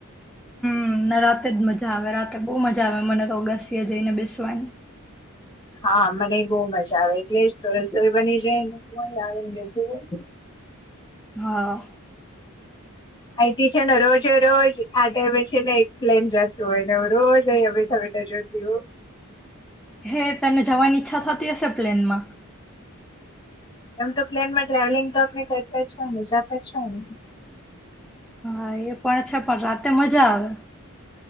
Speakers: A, in the centre; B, on the left.
A: હમ્મ ન રાતે જ મજા આવે, રાતે બહુ મજા આવે મને તો ઓગાસીએ જઈને બેસવાની.
B: હા મને બહુ મજા આવે, એટલે જ તો રસોઈ બની જાય <inaudible>
A: હા.
B: અહીથી છે ને રોજે રોજ આ ટાઈમે છે ને એક પ્લેન જતું હોય, ને રોજ અહીયા બેઠા બેઠા જોતી હો.
A: હે તને <unintelligible> થતી હશે પ્લેનમાં.
B: એમ તો પ્લેન માં ટ્રાવેલિંગ તો આપને કરતા જ હોય, ને જાતા જ હોય ને.
A: અ યે પણ છે, પણ રાતે મજા આવે.